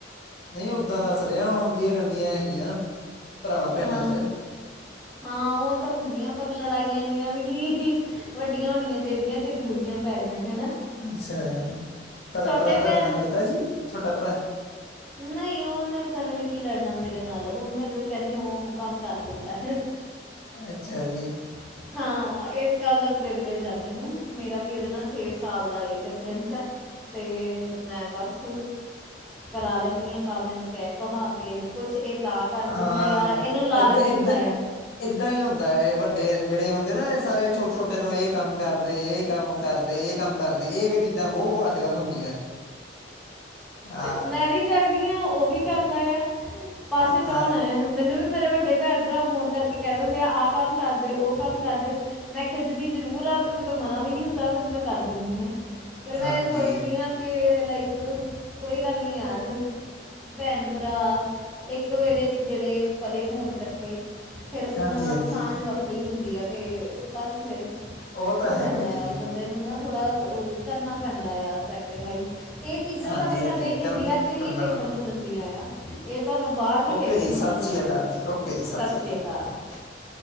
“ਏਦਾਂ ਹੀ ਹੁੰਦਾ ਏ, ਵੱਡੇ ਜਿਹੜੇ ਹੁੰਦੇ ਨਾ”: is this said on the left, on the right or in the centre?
Left